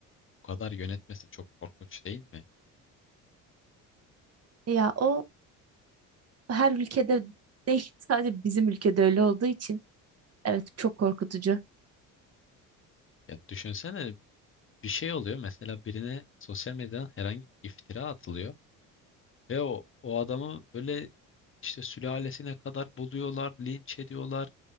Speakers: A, on the left; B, on the right.
A: bu kadar yönetmesi çok korkunç değil mi?
B: Ya o her ülkede değil sadece bizim ülkede öyle olduğu için evet çok korkutucu.
A: Ya düşünsene bir şey oluyor mesela birine sosyal medyadan herhangi bir iftira atılıyor ve o, o adamı böyle işte sülalesine kadar buluyorlar, linç ediyorlar.